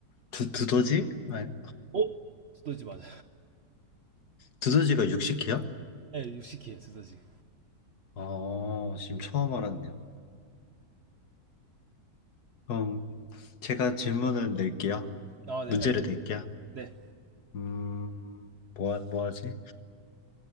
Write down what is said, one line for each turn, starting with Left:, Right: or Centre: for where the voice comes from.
Left: 두, 두더지? 아니,
Right: 어? 두더지 맞아요.
Left: 두더지가 육식해요?
Right: 네 육식이에요 두더지.
Left: 아 지금 처음 알았네요. 그럼 제가 질문을 낼게요.
Right: 아 네,
Left: 문제를
Right: 알
Left: 낼게요.
Right: 네
Left: 음, 뭐, 하- 뭐 하지?